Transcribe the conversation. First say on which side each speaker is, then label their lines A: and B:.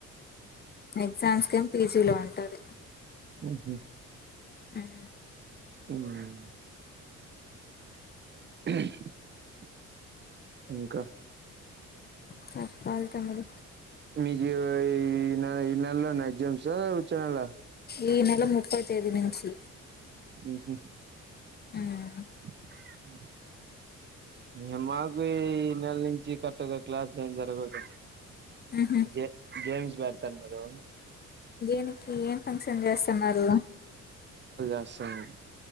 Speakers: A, on the left (about 35°); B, on the right (about 35°).
A: ఎగ్జామ్స్ కెం పీజీ లో అంటాది
B: మ్మ్ హు
A: మ్మ్
B: ఉమ్మ్ <unintelligible> ఇంక
A: చెప్పాలి తమ్ముడు
B: మీకు ఈ ఈ నెల ఈ నెల్లోనా ఎగ్జామ్స్ వచ్చే నెల
A: ఈ నెల ముప్పై తేదీ నుంచి
B: మ్ హు
A: ఉమ్
B: ఉహు ఇగ మాకు ఈ నెల్ నించి కర్టగా క్లాస్ లేం జరగవులే
A: ఉహు
B: గే గేమ్స్ బెడతారు కదు
A: దేనికి ఏం ఫంక్షన్ జేస్తన్నారు
B: ఎసెమ్బ్లీ